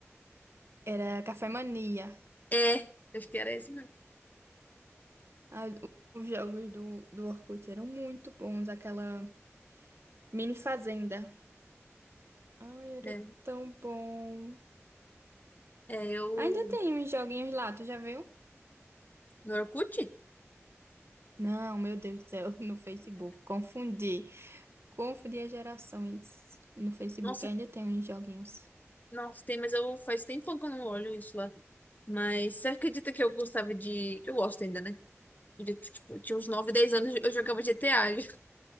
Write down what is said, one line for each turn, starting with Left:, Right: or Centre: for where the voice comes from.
Right: Era Café Mania.
Left: É, acho que era esse mesmo.
Right: Ah, Os jogos do, do Orkut eram muito bons. Aquela mini fazenda. Ai, era
Left: É,
Right: tão bom.
Left: é eu.
Right: Ainda tem uns joguinhos lá, tu já viu?
Left: No Orkut?
Right: Não, meu Deus do céu, <laughs> no Facebook. Confundi. Confundir gerações no Facebook.
Left: Nossa,
Right: Ainda tem uns joguinhos.
Left: nossa, tem, mas eu faz tempo que eu não olho isso lá. Mas você acredita que eu gostava de. Eu gosto ainda, né? de, tipo, tinha uns 9 10 anos, eu jogava GTA de